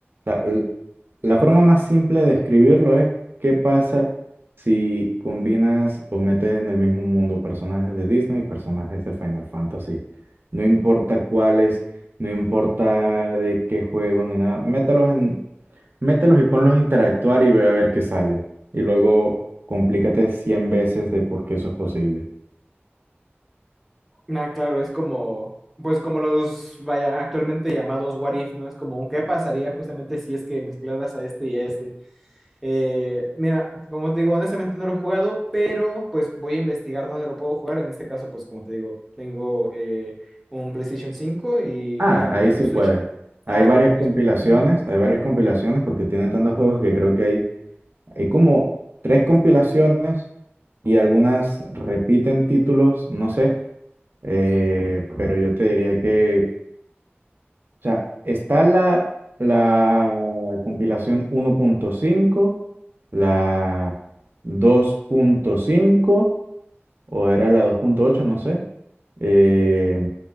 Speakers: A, on the right; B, in the centre.
A: o l- la forma más simple de escribirlo es qué pasa si combinas o metes en el mismo mundo personajes de Disney y personajes de Final Fantasy. No importa cuáles, no importa de qué juegos ni nada, mételos en, mételos y ponlos a interactuar y ve a ver qué sale. Y luego complícate 100 veces de por qué eso es posible.
B: Ah, claro, es como, pues como los, vaya, actualmente llamados What If, ¿no? Es como un qué pasaría justamente si es que mezclaras a este y a este. Eh, mira, como te digo, honestamente no lo he jugado, pero pues voy a investigar dónde lo puedo jugar. En este caso, pues como te digo, tengo eh, un PlayStation cinco y
A: Ah,
B: una Nintendo
A: ahí sí
B: Switch.
A: puede. Hay
B: Ah,
A: varias compilaciones,
B: pues mira. Ujú.
A: hay varias compilaciones porque tiene tantos juegos que creo que hay, hay como tres compilaciones y algunas repiten títulos, no sé, eh, pero yo te diría que, o sea, está la, la compilación uno punto cinco, la dos punto cinco o era la dos punto ocho no sé. eh,